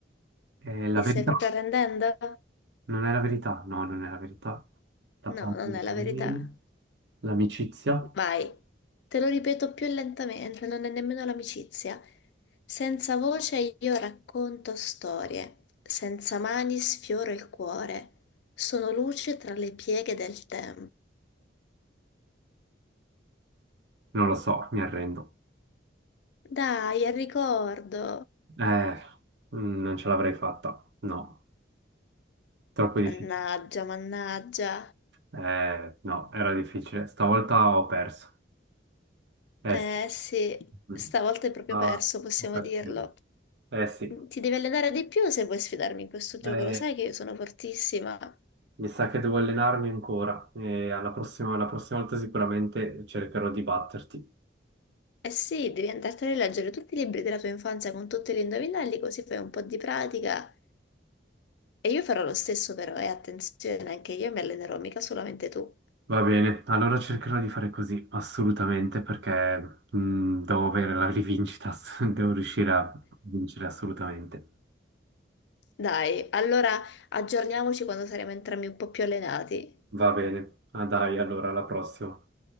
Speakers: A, on the right; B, on the left.
A: Eh, la
B: Ti
A: verità.
B: stai proprio arrendendo?
A: Non è la verità. No, non è la verità. La
B: No,
A: paura
B: non è la
A: non
B: verità.
A: viene. L'amicizia?
B: Vai. Te lo ripeto più lentamente, non è nemmeno l'amicizia. Senza voce io racconto storie, senza mani sfioro il cuore. Sono luce tra le pieghe del tempo.
A: Non lo so, mi arrendo.
B: Dai, al ricordo.
A: Eh, mm, non ce l'avrei fatta. No, troppo difficile.
B: Mannaggia, mannaggia.
A: Eh, no, era difficile. Stavolta ho perso. Eh
B: Eh
A: sì.
B: sì,
A: Mm.
B: stavolta è proprio
A: Ah,
B: perso, possiamo
A: ho perso.
B: dirlo.
A: Eh sì,
B: Ti devi allenare di più se vuoi sfidarmi in questo gioco,
A: Eh,
B: lo sai che io sono fortissima.
A: mi sa che devo allenarmi ancora e alla prossima, alla prossima volta sicuramente cercherò di batterti.
B: Eh sì, devi andartene a leggere tutti i libri della tua infanzia con tutti gli indovinelli, così fai un po' di pratica. E io farò lo stesso però, e attenzione, anche io mi allenerò, mica solamente tu.
A: Va bene, allora cercherò di fare così, assolutamente, perché mh, devo avere la rivincita, <laughs> devo riuscire a vincere assolutamente.
B: Dai, allora aggiorniamoci quando saremo entrambi un po' più allenati.
A: Va bene, ah, dai, allora alla prossima.